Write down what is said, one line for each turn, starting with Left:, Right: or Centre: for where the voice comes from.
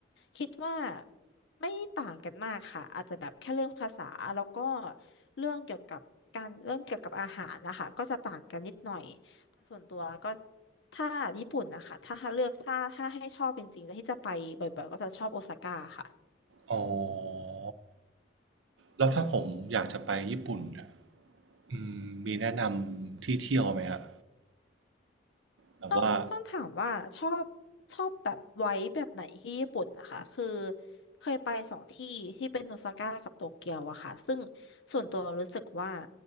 Left: คิดว่าไม่ต่างกันมากค่ะอาจจะแบบแค่เรื่องภาษาแล้วก็เรื่องเกี่ยวกับการเรื่องเกี่ยวกับอาหารนะคะก็จะต่างกันนิดหน่อยแต่ส่วนตัวก็ถ้าญี่ปุ่นนะคะถ้าเลือกถ้าถ้าให้ชอบจริงๆแล้วที่จะไปบ่อยๆก็จะชอบโอซาก้าค่ะ
Right: อ๋อแล้วถ้าผมอยากจะไปญี่ปุ่นอะอืมมีแนะนำที่เที่ยวไหมครับแบบว่า
Left: ต้องต้องถามว่าชอบชอบแบบไว้แบบไหนที่ญี่ปุ่นนะคะคือเคยไปสองที่ที่เป็นโอซาก้ากับโตเกียวอะค่ะซึ่งส่วนตัวรู้สึกว่า